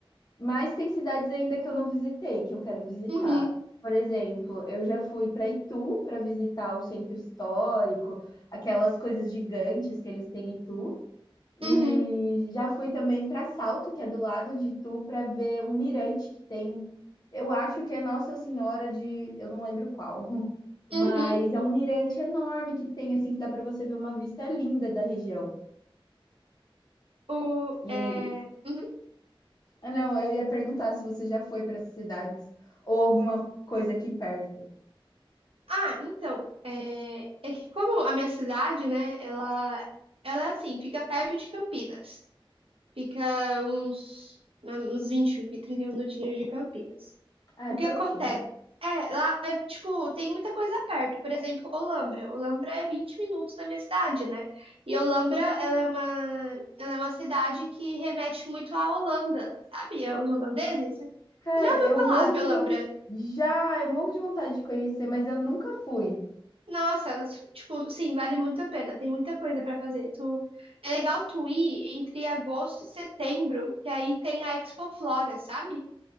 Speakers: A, on the left; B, on the right.
A: mas tem cidades ainda que eu não visitei, que eu quero visitar.
B: Uhum,
A: Por exemplo, eu já fui para Itu para visitar o centro histórico, aquelas coisas gigantes que eles têm em Itu. E
B: uhum,
A: já fui também para Salto, que é do lado de Itu, para ver um mirante que tem. Eu acho que é Nossa Senhora de, eu não lembro qual, <laughs> mas
B: uhum.
A: é um mirante enorme que tem assim que dá para você ver uma vista linda da região.
B: O,
A: E
B: é, uhum.
A: ah, não, eu ia perguntar se você já foi para essas cidades ou alguma coisa aqui perto.
B: Ah, então, é, é que como a minha cidade, né, ela, ela assim, fica perto de Campinas. Fica uns, uns 20, 30 minutinhos de Campinas.
A: Ah,
B: O
A: é
B: que
A: pertinho.
B: acontece? É, lá, é, tipo, tem muita coisa perto. Por exemplo, Olambra. Olambra é 20 minutos da minha cidade, né? E Olambra,
A: Hum,
B: ela é uma, ela é uma cidade que remete muito à Holanda, sabe? Aos holandeses. Você
A: Cara,
B: já ouviu
A: eu
B: falar
A: morro
B: de
A: de
B: Olambra?
A: vontade. Já, eu morro de vontade de conhecer, mas eu nunca fui.
B: Nossa, elas, tipo, sim, vale muito a pena. Tem muita coisa pra fazer. Tu, é legal tu ir entre agosto e setembro, que aí tem a Expo Flora, sabe?